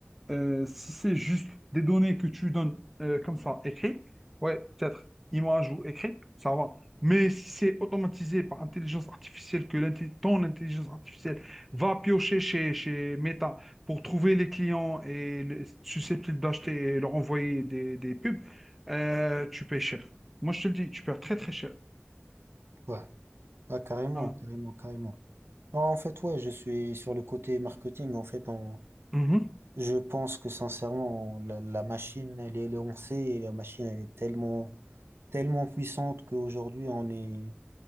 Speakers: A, in the centre; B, on the right.
A: Euh, si c'est juste des données que tu donnes euh, comme ça, écrit, ouais, peut-être image ou écrit, ça va. Mais si c'est automatisé par intelligence artificielle, que l'intelli- ton intelligence artificielle va piocher chez, chez Meta pour trouver les clients et les- susceptibles d'acheter et leur envoyer des, des pubs, euh, tu payes cher. Moi, je te le dis, tu payes très très cher.
B: ouais, ouais, carrément,
A: Hein.
B: carrément, carrément. Non, en fait, ouais, je suis sur le côté marketing. En fait, on-
A: Mhm.
B: je pense que sincèrement, la, la machine, elle est lancée et la machine, elle est tellement, tellement puissante qu'aujourd'hui, on est